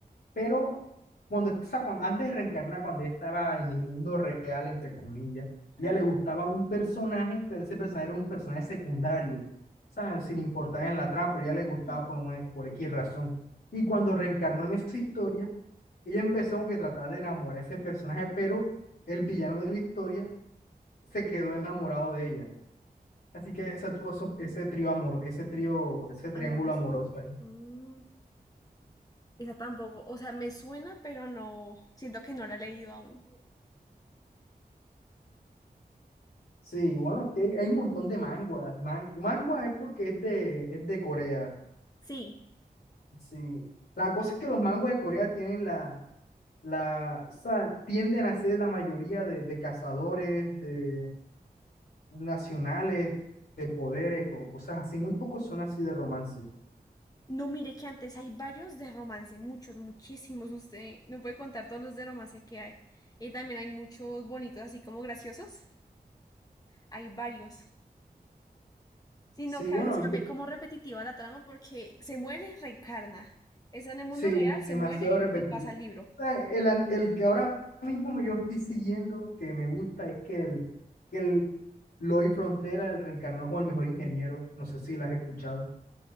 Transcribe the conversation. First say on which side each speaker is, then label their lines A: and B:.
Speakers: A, on the left; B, on the left.
A: Pero cuando, o sea, cuan- antes de reencarnar, cuando ella estaba en el mundo real, entre comillas, ella
B: Ajá,
A: le gustaba un personaje, pero ese personaje era un personaje secundario, sabes sin importar en la trama, pero ella le gustaba
B: sí.
A: por, una- por X razón. Y cuando reencarnó en esa historia, ella empezó como que a tratar de enamorar a ese personaje, pero el villano de la historia se quedó enamorado de ella. Así que ese tuvo eso- ese trío amor, ese trío, ese triángulo
B: Amoroso.
A: amoroso ahí.
B: Mm, esa tampoco, o sea, me suena, pero no, siento que no la he leído aún.
A: Sí, bueno, es que hay, hay un montón de manguas. Man- mangua es porque es de, es de Corea.
B: Sí,
A: Sí. La cosa es que los manguas de Corea tienen la, la, o sea, tienden a ser la mayoría de, de cazadores, de nacionales, de poderes o cosas así. Muy pocos son así de romance.
B: no mire que antes hay varios de romance, muchos, muchísimos. Usted no puede contar todos los de romance que hay. Y también hay muchos bonitos, así como graciosos. Hay varios. Sino
A: Sí,
B: que
A: bueno,
B: a veces se vuelve como repetitiva la trama porque se muere, reencarna. Está en el mundo
A: Sí,
B: real,
A: demasiado
B: se muere
A: repetitivo.
B: y pasa al
A: O
B: libro.
A: sea, El, an- el que ahora mismo yo estoy siguiendo, que me gusta, es que el, que el Lloyd Frontera el reencarnó como el mejor ingeniero. No sé si lo has escuchado.